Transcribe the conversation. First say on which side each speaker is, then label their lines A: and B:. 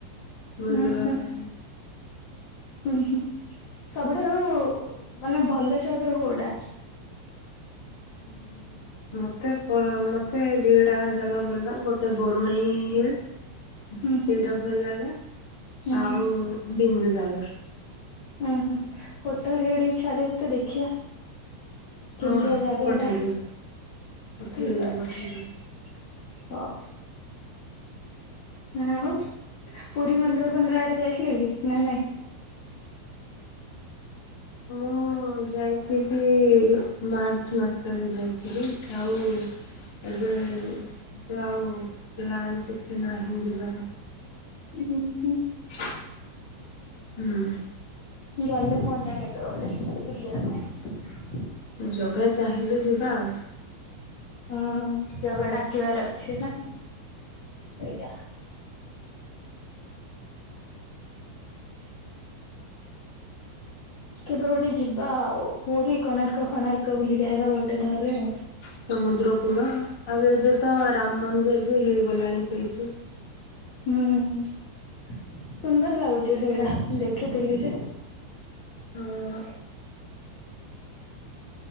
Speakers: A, on the left; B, on the left.
A: ବୁଲିବା
B: ଉଁ ହୁଁ
A: ପାଇଁ।
B: ହୁଁ, ହୁଁ ସବୁଠାରୁ ମାନେ ଭଲ ଜାଗା କୋଉଟା?
A: ଉଁ ମ ମୋତେ, ପ ମୋତେ ଦୁଇଟା ଜାଗା ଭଲଲାଗେ ଗୋଟେ ବରୁଣେଇ ହିଲ୍ସ୍
B: ହୁଁ
A: ସେଇଟା
B: ହୁଁ
A: ଭଲ ଲାଗେ,
B: ହୁଁ
A: ଆଉ
B: ହୁଁ
A: ବିନ୍ଦୁ ସାଗର।
B: ଉଁ ହୁଁ, ଫୋଟୋ ହେରିକା ରିକ ଛାଡ଼ିବୁ ଟିକେ ଦେଖିବା। କେମିତିଆ
A: ହଁ ହଁ
B: ଜାଗାଡା,
A: ପଠେଇଦେବି ପଠେଇଦେବି
B: ଠିକ୍ ଅଛି।
A: ପଠେଇଦେବି
B: ହଉ। ଆଉ, ପୁରୀ ମନ୍ଦିର ଫନ୍ଦିର ଆଡେ ଯାଇଥିଲେ କି ନା ନାଇଁ? <inaudible>
A: ହଁ ଯାଇଥିଲି, ମାର୍ଚ୍ଚ ମାସରେ ଯାଇଥିଲି ଆଉ ଏବେ, ତ ଆଉ ପ୍ଲାନ୍ କିଛି ନାହିଁ ଯିବାର।
B: ଉଁ ହୁଁ।
A: ହୁଁ।
B: ଗଲେ ହୁଅନ୍ତା, କେବେ ଗୋଟେ ବୁଲିବା ପାଇଁ।
A: ଜଗା ଚାହିଁଲେ ଯିବା ଆଉ।
B: ହୁଁ, ଜଗା ଡାକିବାର ଅଛି ନା ସେଇୟା। କେବେ ଗୋଟେ ଯିବା ଆଉ ପୁରୀ, କୋଣାର୍କ, ଫୋଣାର୍କ ବୁଲିକି ଆଇବା ଗୋଟେ ଥରରେ ଆଉ।
A: ସମୁଦ୍ର କୂଳ, ଆଉ ଏବେ ତ ରାମ ମନ୍ଦିର ବି ହେଇଗଲାଣି ସେଇଠି।
B: ଉଁ ହୁଁ ସୁନ୍ଦର ଲାଗୁଛି ସେଇଟା, ମୁଁ ଦେଖିଥିଲି ଯେ
A: ହଁ।